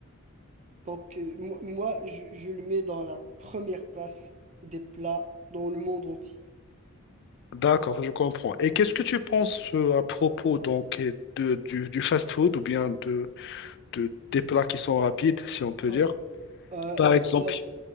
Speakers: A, on the right (about 30°); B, on the left (about 50°).
A: Donc, euh, moi, moi, je, je le mets dans la première place des plats dans le monde entier.
B: D'accord, je comprends. Et qu'est-ce que tu penses euh, à propos donc euh, de, du, du fast-food ou bien de, de- des plats qui sont rapides, si on peut
A: Ah,
B: dire?
A: euh,
B: Par exemple.
A: euh, ça,